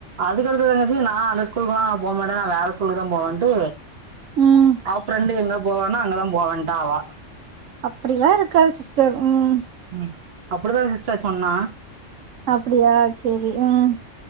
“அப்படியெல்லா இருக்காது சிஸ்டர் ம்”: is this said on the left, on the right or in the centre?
Right